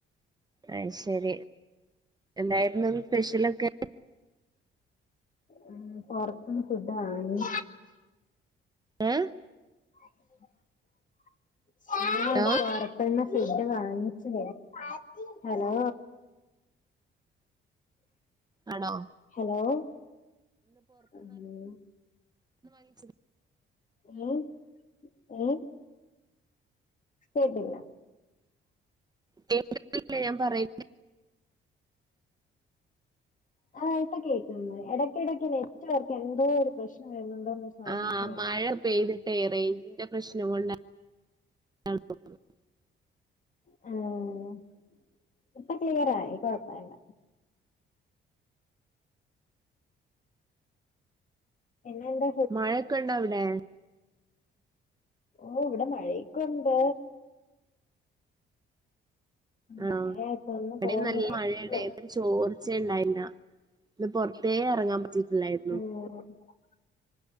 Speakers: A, on the right; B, on the left.
A: അയ് ശരി. എന്തായിര്ന്നു സ്പെഷ്യലൊക്കെ
B: ഉം പൊറത്ത്ന്ന് ഫുഡ്ഡ് വാങ്ങി
A: ഏഹ്
B: <inaudible> <unintelligible>
A: ഹലോ
B: പുറത്ത്ന്നു ഫുഡ്‌ വാങ്ങിച്ചേ ഹലോ
A: ആണോ
B: ഹലോ ആഹ്
A: ഇന്ന്‌ വാങ്ങിച്ച്
B: ങ്ങള് ങ്ങള് കേട്ടില്ല
A: കേക്ക്ന്നില്ലെ ഞാൻ പറയ്ന്നെ?
B: ആഹ് ഇപ്പ കേക്ക്ണ് <unintelligible> എടയ്ക്കെടയ്ക്ക് നെറ്റ് വർക്ക് എന്തോ ഒരു പ്രശ്നം വരുന്നുണ്ടോന്ന് സംശയം
A: ആ മഴ പെയ്ത് റെയ്ഞ്ചിന്റെ പ്രശ്നം കൊണ്ടാ <unintelligible>
B: <unintelligible> ഇപ്പ ക്ലിയറായി കൊഴപ്പല്ല എങ്ങെണ്ട്?
A: മഴൊക്കണ്ടവ്ടെ?
B: ഓ ഇവടെ മഴക്കൊണ്ട്
A: ആഹ്
B: മഴ ഇപ്പൊന്ന്
A: ഇവടിം
B: തോന്നതേ
A: നല്ല മഴേണ്
B: ഉള്ളൂ
A: ചോർച്ചയെ ഇണ്ടായിര്ന്ന ഇന്ന് പൊറത്തേ എറങ്ങാൻ പറ്റിട്ടില്ലായിരുന്നു.
B: ഉം